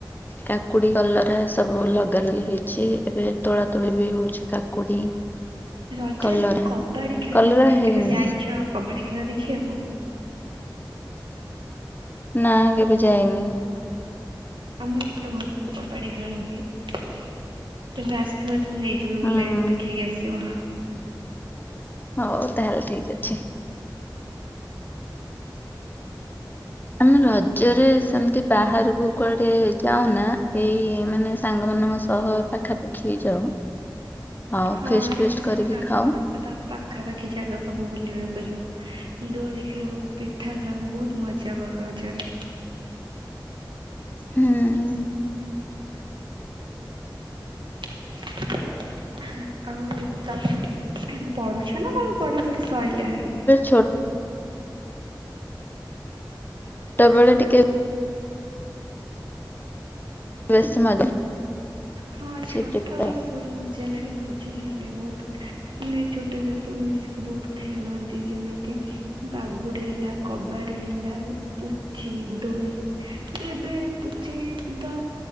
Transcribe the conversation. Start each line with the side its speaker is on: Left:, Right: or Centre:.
Left: କାକୁଡି କଲରା ସବୁ ଲଗା ଲଗି ହେଇ ଚି ଏବେ ତୋଳା ତୋଳି ବି ହଉଛି କାକୁଡି।
Right: ରଜରେ
Left: କଲରା
Right: କବାଡ଼ି ଖେଳ
Left: କଲରା
Right: ହୁଏ
Left: ହେଇନି
Right: କେବେ ଯାଇଛ କବାଡ଼ି ଖେଳ ଦେଖିବାକୁ।
Left: ନା କେବେ ଯାଇନି।
Right: ଆମ କେତେ ଭଲ କବାଡି ଖେଳନ୍ତି। ତବେ ଆସିବ ତ ନେଇଯିବି ବୁଲିବାକୁ
Left: ହୁଁ
Right: ଦେଖିକି ଆସିବ।
Left: ହଉ ତାହେଲେ ଠିକ୍ ଅଛି। ଆମେ ରଜରେ ସେମିତି ବାହାରକୁ କୁଆଡେ ଯାଉନା ଏଇ ମାନେ ସାଙ୍ଗମାନଙ୍କ ସ ସହ ଏ ପାଖାପାଖି ଯାଉ। ଆଉ
Right: ହଁ
Left: ଫିଷ୍ଟ
Right: ଆମେ
Left: ଫିଷ୍ଟ
Right: ବି ସେଇ
Left: କରିକି
Right: ସାଙ୍ଗ
Left: ଖାଉ।
Right: ମାନଙ୍କ ସହିତ ପାଖାପାଖି ଜାଗା ସବୁ ବୁଲିବାକୁ ଯାଉ ଦୋଳି ଖେଳୁ ପିଠା ଖାଉ ବହୁତ ମଜା କରୁ ରଜରେ।
Left: ହୁଁ।
Right: <unintelligible> ଆଉ ତମେ ପଢୁଛ ନା ତମେ ପଢାପଢି ସଇଲାଣି।
Left: ଛୋ ଟ ବେଳେ ଟିକେ ବେଶି ମଜା
Right: ହଁ
Left: ଆସିଛି
Right: ଛୋଟବେଳେ
Left: ପ୍ରିପେୟାର
Right: ବହୁତ ମଜା ଲାଗେ ରଜ ହେଲେ ବହୁତ ମ ଛୋଟ <unintelligible> ସବୁ ମିଶିକି ବହୁତ ଖେଳନ୍ତି ଯେମିତି ବାଗୁଡି ହେଲା କବାଡି ହେଲା ପୁଛିି ଦୋଳି କି ଏବେ ପୁଛି ତ